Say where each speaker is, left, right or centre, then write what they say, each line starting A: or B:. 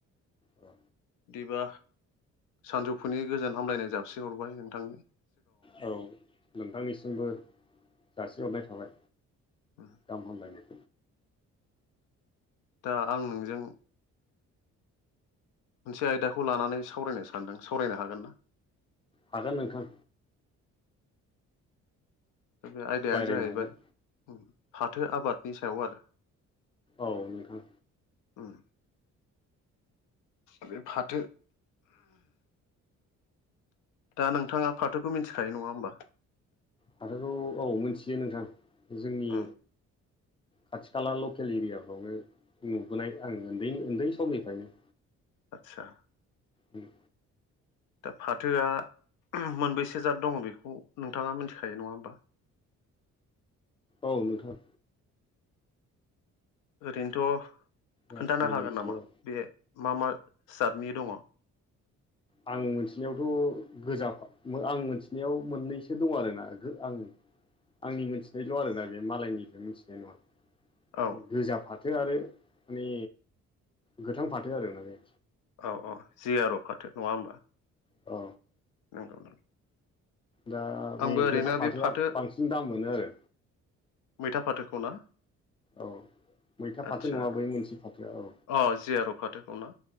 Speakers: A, on the left (about 20°); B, on the left (about 85°).
A: औ
B: बिदिबा सानजौफुनि गोजोन हामलायनाय जासि हरबाय नोंथांनो
A: औ नोंथांनिसिमबो जासिहरनाय थाबाय
B: उम
A: गाहाम हामलायनाय
B: दा आं नोंजों मोनसे आयदाखौ लानानै सावरायनो सानदों सावरायनो हागोन ना?
A: हागोन नोंथां
B: बे आयदायानो
A: रायज्लायनो
B: जाहैबाय
A: हागोन
B: फाथो आबादनि सायाव आरो
A: औ नोंथां
B: उम बे फाथो दा नोंथाङा फाथोखौ मिथिखायो नङा होमबा
A: फाथोखौ औ मिथियो नोंथां जोंनि
B: उम
A: खाथि खाला लकेल एरियाफ्रावनो नुबोनाय आं उन्दै उन्दै समनिफ्रायनो
B: आतसा
A: उम
B: दा फाथोआ मोनबेैसे जात दङ बेखौ नोंथाङा मिथिखायो नङा होमबा
A: औ नोंथां
B: ओरैनोथ'
A: जाखिनि
B: खोन्थानो हागोन
A: मिथियो
B: नामा
A: औ।
B: बे मा मा जादनि दङ?
A: आं मोनथिनायावथ' गोजा आं मोनथिनायाव मोननैसो दं आरोना आङो गो आं आंनि मिथिनायल' आरो दा बे मालायनिफ्राय मिथिनाय नङा
B: औ
A: माने गोजा फाथो आरो मानि गोथां फाथो आरोना बे
B: औ औ जिआर' फाथो नङा होमबा
A: अ
B: नंगौ
A: दा
B: आंबो
A: बे
B: ओरैनो
A: गोथां फाथोआ
B: बे फाथो
A: बांसिन दाम मोनो आरो
B: मैथा फाथोखौ ना
A: औ मैथा
B: आदसा
A: फाथो नङा बै मोनसे फाथोआ औ
B: अ जियार' फाथोखौ ना